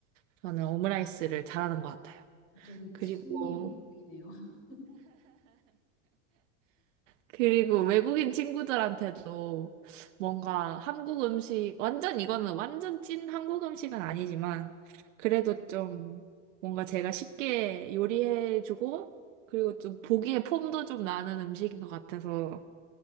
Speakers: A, on the right; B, on the left.
A: 저는 오므라이스를 잘하는 것 같아요.
B: 갑자기
A: 그리고
B: 침이 막 보이네요. <laughs>
A: 그리고 외국인 친구들한테도 뭔가 한국 음식, 완전 이거는 완전 찐 한국 음식은 아니지만, 그래도 좀 뭔가 제가 쉽게 요리해주고, 그리고 좀 보기에 폼도 좀 나는 음식인 것 같아서